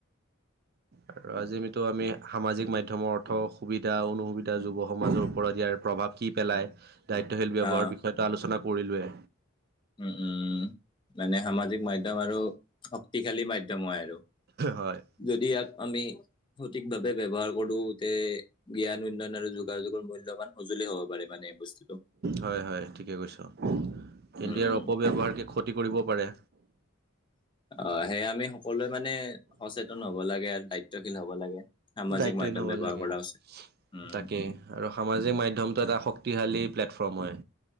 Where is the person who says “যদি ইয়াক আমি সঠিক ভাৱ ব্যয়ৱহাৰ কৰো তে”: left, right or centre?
Left